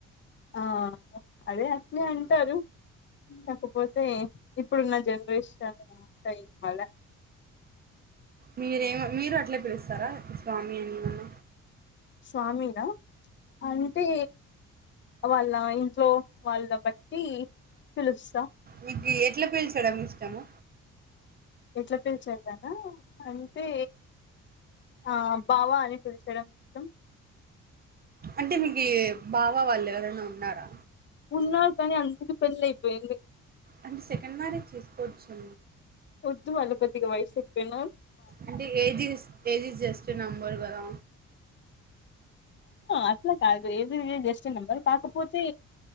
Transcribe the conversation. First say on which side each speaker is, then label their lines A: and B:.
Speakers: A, on the left (about 40°); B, on the right (about 35°).
A: ఆ అదే అట్లే అంటారు కాకపోతే ఇప్పుడున్న జనరేషన్ ఉంటాయి మళ
B: మీరేమ మీరు అట్లే పిలుస్తారా స్వామి అని ఎం అన
A: స్వామినా అంటే వాళ్ళ ఇంట్లో వాళ్ళ బట్టి పిలుస్తా
B: మీకు ఎట్లా పేల్చూడం ఇష్టము
A: ఎట్లా పీల్చడం ఆ అంటే ఆ బావా అని పీల్చడం ఇష్టం
B: అంటే మీకు బావా వాళ్ళు ఎవరైనా ఉన్నారా
A: ఉన్నారు కానీ అందరికి పెళ్లి అయిపోయింది
B: అంటే సెకండ్ మ్యారేజ్ చేసుకోవచ్చు
A: వద్దు వాళ్లకి కొద్దిగా వయసు ఎక్కువ
B: అంటే ఏజిస్ ఏజ్స్ జస్ట్ నంబరు కదా
A: అట్లా కాదు age is a just number కాకపోతే